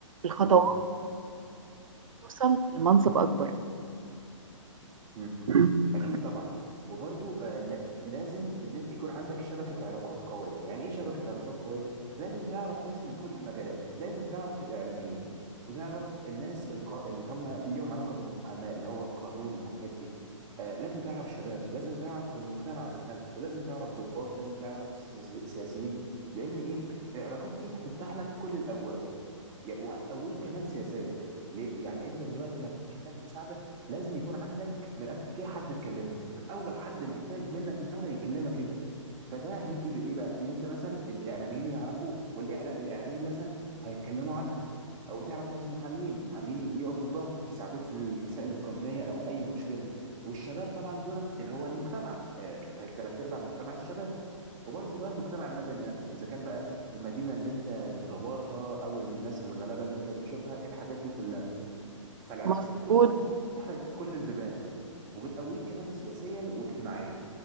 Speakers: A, on the right; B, on the right.
A: الخطوات
B: مم.
A: توصل لمنصب أكبر
B: مم.
A: <laughs>
B: اكيد طبعا وبرضو آه، لا لازم ان انت يكون عندك شبكه علاقات قويه يعني ايه شبكه علاقات قويه لازم تعرف ناس من كل المجالات لازم تعرف الاعلاميين وتعرف الناس الق... اللي هم ليهم علاقه بالمحاماه اللي هو القانون والحاجات دي آه، لازم تعرف شباب لازم تعرف والمجتمع ذات نفسه لازم تعرف ضباط لازم تعرف سي- سي- سياسيين لان ايه العلاقات دي هتفتح لك كل الابواب يا- وهتقويك كمان سياسيا ليه يعني انت دلوقتي لما بتحتاج مساعده لازم يكون عندك من الاخر كده حد تكلمه او لو حد محتاج منك مساعده يكلمك انت فده هيجي بايه بقى ان انت مثلا الاعلاميين يعرفوك والاعلاميين مثلا هيتكلموا عنك او تعرف ناس محامين محامين يقفوا في ظهرك يساعدوك في المسائل القانونيه او اي مشكله والشباب طبعا دولت اللي هو المجتمع آه، تلات ارباع المجتمع الشباب وبرضه بقى المجتمع المدني نفسه اذا كان بقى المدينه اللي انت بتطورها او الناس الغلابه اللي انت بتشوفها الحاجات دي كلها فالعلاقات
A: مظبوط
B: دي كلها بتفتح لك كل البيبان وبتقويك كمان سياسيا واجتماعيا